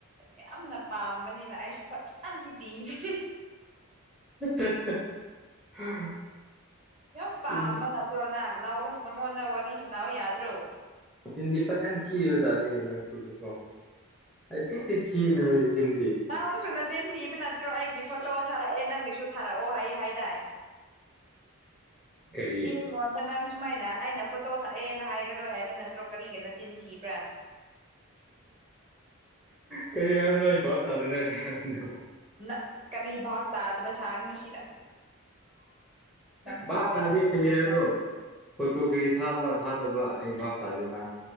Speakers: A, on the right (about 30°); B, in the centre.
A: ꯌꯥꯝꯅ ꯄꯥꯝꯕꯅꯤꯅ ꯑꯩꯁꯨ ꯐꯖꯅꯗꯤ ꯄꯕꯅꯤ
B: <unintelligible>
A: ꯌꯥꯝ ꯄꯥꯝꯕ
B: ꯆꯤꯟꯗꯤ
A: ꯅꯠꯇ꯭ꯔꯣ ꯅꯪ ꯂꯥꯎꯔꯣ ꯃꯉꯣꯟꯗ ꯋꯥꯔꯤ ꯁꯥꯟꯅꯥꯎ ꯑꯣ ꯌꯥꯗ꯭ꯔꯣ
B: ꯆꯤꯟꯗꯤ ꯐꯖꯅ ꯊꯤꯕꯖꯥꯠꯅꯤꯅꯦ ꯅꯪꯁꯤꯁꯨꯀꯣ ꯍꯥꯏꯐꯦꯠꯇꯤ ꯊꯤꯅꯦ ꯆꯤꯟꯗꯤ
A: ꯅꯪꯁꯨ ꯅꯆꯤꯟ ꯊꯤꯕ ꯅꯠꯇ꯭ꯔꯣ ꯑꯩꯒꯤ ꯐꯣꯇꯣ ꯊꯥꯔꯛꯑꯦ ꯅꯪꯒꯤꯁꯨ ꯊꯥꯔꯛꯑꯣ ꯍꯥꯏ ꯍꯥꯏꯗꯥꯏ
B: ꯀꯔꯤ
A: ꯃꯤꯡꯉꯣꯟꯗ ꯅꯪ ꯁꯨꯃꯥꯏꯅ ꯑꯩꯅ ꯐꯣꯇꯣ ꯊꯛꯑꯦꯅ ꯍꯥꯏꯔꯔꯣꯏ ꯍꯥꯏꯕ ꯅꯠꯇ꯭ꯔꯣ ꯀꯔꯤꯒꯤ ꯅꯆꯤꯟ ꯊꯤꯕ
B: ꯀꯔꯤ ꯍꯥꯏꯕꯅꯣ ꯑꯩ ꯚꯥꯞ ꯇꯥꯗꯔ ꯅꯪ ꯍꯥꯏꯕꯗꯤ
A: ꯅꯪ ꯀꯔꯤ ꯚꯥꯞ ꯇꯥꯗꯕ ꯁꯥꯥꯡꯅꯨꯁꯤꯗ ꯅꯃꯥꯏꯗꯣ
B: ꯚꯥꯞ ꯇꯥꯗꯦ
A: ꯄꯦꯟꯈ꯭ꯔꯅꯤ
B: ꯀꯩ ꯍꯥꯏꯕꯅꯣ ꯐꯣꯇꯣ ꯀꯔꯤ ꯊꯥꯕ ꯊꯥꯗꯕ ꯑꯩ ꯚꯞ ꯇꯥꯗꯦꯅ